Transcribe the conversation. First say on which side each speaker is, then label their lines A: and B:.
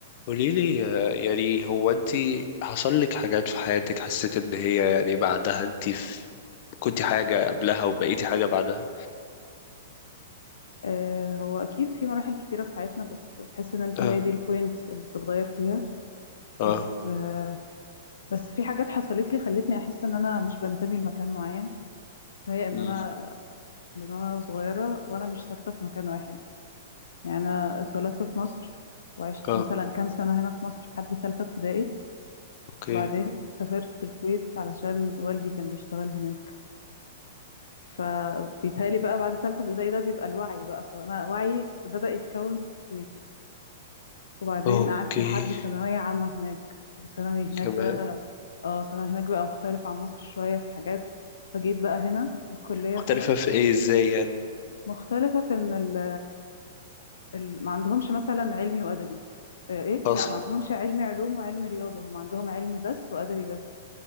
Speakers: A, on the left (about 50°); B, on the left (about 80°).
A: قولي لي يعني هو انت حصل لك حاجات في حياتك حسيت ان هي يعني بعدها انت في كنت حاجة قبلها وبقيتي حاجة بعدها
B: آه، هو اكيد في مراحل كتيره في حياتنا بت- بتحس ان انت
A: اه
B: هي دي البوينت اللي بتتغير فيها
A: اه
B: بس آه، بس في حاجات حصلت لي خلتني احس ان انا مش بنتمي لمكان معين وهي ان
A: مم.
B: انا من وانا صغيره وانا مش ثابته في مكان واحد يعني انا اتولدت في مصر وعشت
A: اه
B: مثلا كام سنه هنا في مصر لحد ثالثه ابتدائي
A: اوكي
B: وبعدين سافرت الكويت علشان والدي كان بيشتغل هناك فبيتهيألي بقى بعد ثالثه ابتدائي ده بيبقى الوعي بقى فانا وعي بدأ يتكون في الكويت وبعدين
A: اوكي
B: قعدت لحد ثانوية عامة هناك وثانوي هناك
A: كمان
B: ده اه ثانوي هناك بقى مختلف عن مصر شوية في حاجات فجيت بقى هنا الكلية
A: مختلفة
B: في مصر
A: في ايه ازاي يعني
B: مختلفة في ان ال ال ما عندهمش مثلا علمي وأدبي آه، ايه
A: اصلا
B: لا ما عندهمش علمي علوم وعلمي رياضة هم عندهم علمي بس وأدبي بس